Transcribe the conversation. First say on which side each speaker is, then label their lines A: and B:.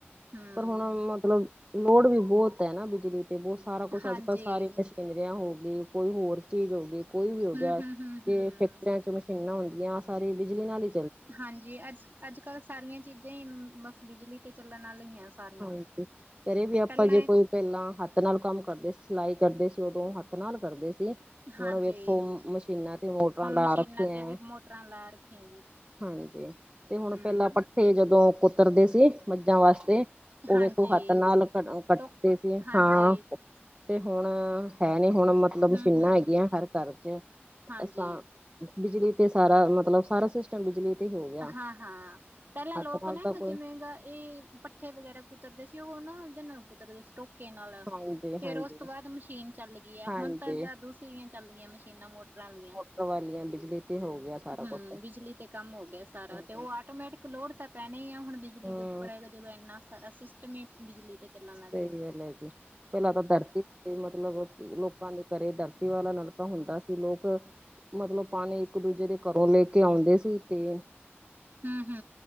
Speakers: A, on the right (about 50°); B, on the right (about 30°).
A: ਹੂੰ,
B: ਪਰ ਹੁਣ ਮਤਲਬ ਲੋੜ ਵੀ ਬਹੁਤ ਐ ਨਾ ਬਿਜਲੀ ਤੇ ਬਹੁਤ ਸਾਰਾ ਕੁਛ
A: ਹਾਂਜੀ।
B: ਅੱਜ-ਕੱਲ੍ਹ ਸਾਰੇ ਮਸ਼ੀਨਰਿਆਂ ਹੋ ਗਈ ਕੋਈ ਹੋਰ ਚੀਜ਼ ਹੋ ਗਈ। ਕੋਈ ਵੀ ਹੋਗਿਆ
A: ਹੂੰ-ਹੂੰ-ਹੂੰ-ਹੂੰ।
B: ਤੇ ਫੈਕਟਰੀਆਂ ਚ ਮਸ਼ੀਨਾਂ ਹੁੰਦੀਆਂ ਸਾਰੇ ਬਿਜਲੀ ਨਾਲ ਈ
A: ਹਾਂਜੀ ਅੱਜ ਅੱਜ-ਕੱਲ੍ਹ ਸਾਰੀਆਂ ਚੀਜ਼ਾਂ ਹੀ ਬਸ ਬਿਜਲੀ ਤੇ ਚੱਲਣ ਆਲੀਆਂ। ਸਾਰੀਆਂ।
B: ਹਾਂਜੀ ਘਰੇ ਵੀ ਆਪਾਂ
A: ਪਹਿਲਾਂ
B: ਜੇ ਕੋਈ ਪਹਿਲਾਂ ਹੱਥ ਨਾਲ ਕੰਮ ਕਰਦੇ ਸੀ ਸਿਲਾਈ ਕਰਦੇ ਸੀ ਉਦੋਂ ਹੱਥ ਨਾਲ ਕਰਦੇ ਸੀ।
A: ਹਾਂਜੀ
B: ਹੁਣ ਵੇਖੋ ਮਸ਼ੀਨਾਂ ਤੇ ਮੋਟਰਾਂ
A: ਹੁਣ
B: ਲਾ
A: ਮਸ਼ੀਨਾਂ
B: ਰੱਖੀਏ।
A: ਤੇ ਵੀ ਮੋਟਰਾਂ ਲਾ ਰੱਖੀਆਂ ਜੀ।
B: ਹਾਂਜੀ ਤੇ ਹੁਣ
A: ਹੂੰ,
B: ਪਹਿਲਾਂ ਪੱਠੇ ਜਦੋਂ ਕੁਤਰਦੇ ਸੀ ਮੱਝਾਂ ਵਾਸਤੇ ਉਹ
A: ਹਾਂਜੀ
B: ਵੇਖੋ ਹੱਥ ਨਾਲ ਕਟ, ਕਟਦੇ
A: ਟੋ
B: ਸੀ
A: ਹਾਂਜੀ
B: ਹਾਂ ਤੇ ਹੁਣ ਹੈ ਨੀ ਹੁਣ ਮਤਲਬ
A: ਹੂੰ-ਹੂੰ,
B: ਮਸ਼ੀਨਾਂ ਹੈਗੀਆਂ ਹਰ ਘਰ ਚ।
A: ਹਾਂਜੀ।
B: ਅਸਾਂ ਬਿਜਲੀ ਤੇ ਸਾਰਾ ਮਤਲਬ ਸਾਰਾ ਸਿਸ ਟਮ ਬਜਲੀ ਤੇ ਹੋ। ਗਿਆ
A: ਹਾਂ ਹਾਂ ਪਹਿਲਾਂ ਲੋਕ
B: ਹੱਥ ਨਾਲ
A: ਨਾ
B: ਤਾਂ ਕੋਈ
A: ਜਿਵੇਂਗਾ ਇਹ ਪਠੇ ਵਗੈਰਾ ਕੁਤਰਦੇ ਸੀ ਉਹ ਨਾ ਉਹਦੇ ਨਾਲ ਕੁਤਰਦੇ ਸੀ ਟੋਕੇ ਨਾਲ।
B: ਹਾਂਜੀ
A: ਫੇਰ
B: ਹਾਂਜੀ
A: ਉਸ ਤੋਂ ਬਾਅਦ ਮਸ਼ੀਨ ਚੱਲ ਗਈ ਆ
B: ਹਾਂਜੀ
A: ਹੁਣ ਤਾਂ ਦੂਸਰੀਆਂ ਚੱਲ ਗਈਆਂ ਮਸ਼ੀਨਾਂ ਮੋਟਰ ਪਰਾਲਿਆ
B: ਮੋਟਰ ਵਾਲੀਆਂ ਬਿਜਲੀ ਤੇ ਹੋ ਗਿਆ ਸਾਰਾ
A: ਹੂੰ
B: ਕੁਛ
A: ਬਿਜਲੀ ਤੇ ਕੰਮ ਹੋ ਗਿਆ
B: ਹਮ
A: ਤੇ ਉਹ ਆਟੋਮੈਟਿਕ ਲੋੜ ਤਾਂ ਪੈਣਾ ਹੀ ਆ। ਹੁਣ ਬਿਜਲੀ
B: ਹਮ
A: ਦੇ ਉੱਪਰ ਹੈਗਾ ਜਦੋਂ ਇੰਨਾ ਸਾਰਾ ਸਿਸਟਮ ਹੀ ਬਿਜਲੀ ਤੇ ਚੱਲਣ
B: ਸਹੀ
A: ਲੱਗ ਗਿਆ।
B: ਗੱਲ ਹੈ ਜੀ ਪਹਿਲਾ ਤਾਂ ਦਰਤੀ ਤੇ ਮਤਲਬ ਲੋਕਾਂ ਦੇ ਘਰੇ ਦਰਤੀ ਵਾਲਾ ਨਲਕਾ ਹੁੰਦਾ ਸੀ। ਲੋਕ ਮਤਲਬ ਪਾਣੀ ਇੱਕ ਦੂਜੇ ਦੇ ਘਰੋਂ ਲੈ ਕੇ ਆਉਂਦੇ ਸੀ ਤੇ
A: ਹੂੰ-ਹੂੰ